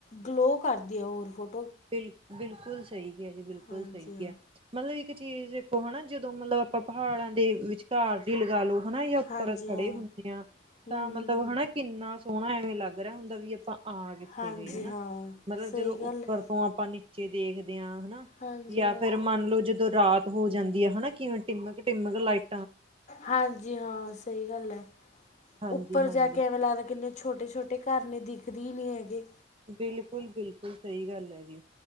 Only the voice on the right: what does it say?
ਬਿਲ-ਬਿਲਕੁਲ ਸਹੀ ਕਿਹਾ ਜੀ ਬਿਲਕੁਲ
ਸਹੀ
ਕਿਹਾ ਮਤਲਬ ਇੱਕ ਇੱਕ ਚੀਜ਼ ਇੱਕੋ ਹੈ ਨਾ? ਜਦੋਂ ਮਤਲਬ ਆਪਾਂ ਪਹਾੜਾਂ ਦੇ ਵਿਚਕਾਰ ਵੀ ਲਗਾ ਲਓ ਹੈ ਨਾ? ਉੱਪਰ
ਖੜੇ
ਹੁੰਦੇ ਆ
ਤਾਂ ਮਤਲਬ
ਹੈ ਨਾ? ਕਿੰਨਾ ਸੋਹਣਾ ਐਵੇਂ ਲੱਗ ਹੁੰਦਾ ਵੀ ਆਪਾਂ ਆ ਕਿੱਥੇ
ਗਏ ਹੈ ਨਾ!
ਮਤਲਬ
ਜਦੋਂ
ਤੋਂ ਆਪਾਂ ਨੀਚੇ ਦੇਖਦੇ ਹਾਂ ਹੈ ਨਾ?
ਯਾ
ਫਿਰ ਮੰਨ ਲਓ ਜਦੋਂ ਜਦੋਂ ਰਾਤ ਹੋ ਜਾਂਦੀ ਹੈ। ਹੈ ਨਾ? ਕਿਵੇਂ ਟਿਮਕ-ਟਿਮਕ ਲਾਈਟ
ਹਾਂਜੀ
ਹਾਂਜੀ
ਬਿਲਕੁਲ-ਬਿਲਕੁਲ, ਸਈ ਗੱਲ ਏ ਜੀ।